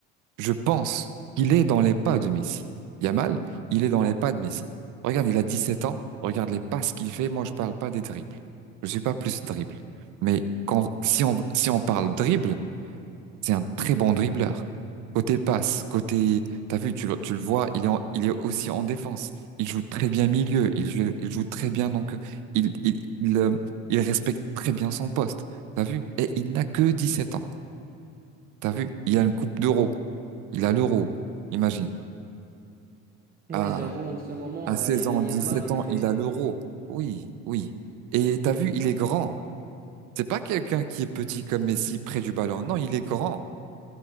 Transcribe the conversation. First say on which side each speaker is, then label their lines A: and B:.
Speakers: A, on the right; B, on the right.
A: Je pense qu'il est dans les pas de Messi. Yamal, il est dans les pas de Messi. Regarde, il a 17 ans. Regarde les passes qu'il fait. Moi, je parle pas des dribbles. Je suis pas plus dribble. Mais quand, si on, si on parle dribble, c'est un très bon dribbleur. Côté passe, côté, t'as vu, tu le, tu le vois, il est, en- il est aussi en défense. Il joue très bien milieu. Il, joue- il joue très bien, donc, il, il, il, euh, il respecte très bien son poste. T'as vu? Et il n'a que 17 ans. T'as vu? Il a une coupe d'euro. Il a l'euro. Imagine.
B: Ouais,
A: À,
B: j'avoue, en ce moment,
A: à
B: euh,
A: 16
B: Lamine
A: ans,
B: Yamal,
A: sept
B: il
A: ans,
B: fait.
A: il a l'euro. Oui, oui. Et t'as vu, il est grand. C'est pas quelqu'un qui est petit comme Messi près du ballon. Non, il est grand.